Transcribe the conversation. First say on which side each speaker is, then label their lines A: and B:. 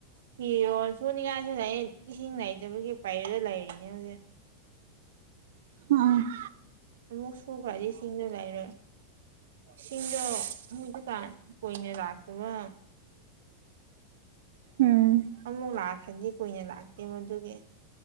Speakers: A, on the right; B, on the right.
A: ꯐꯤꯔꯣꯜ ꯁꯨꯅꯤꯡꯉꯥꯏꯁꯨ ꯂꯩꯌꯦ ꯏꯁꯤꯡ ꯅꯥꯏꯇꯕꯒꯤ ꯄꯩꯔ ꯂꯩꯔꯤꯅꯦ ꯍꯧꯖꯤꯛ
B: ꯎꯝ ꯎꯝ
A: ꯑꯃꯨꯛ ꯁꯨꯈ꯭ꯔ ꯏꯁꯤꯡꯖꯨ ꯂꯩꯔꯣꯏ ꯏꯁꯤꯡꯗꯣ <unintelligible> ꯀꯥꯟ ꯀꯨꯏꯅ ꯂꯥꯛꯇꯕ
B: ꯎꯝ
A: ꯑꯃꯨꯛ ꯂꯥꯛꯈ꯭ꯔꯗꯤ ꯀꯨꯏꯅ ꯂꯥꯛꯇꯦꯕ ꯃꯗꯨꯒꯤ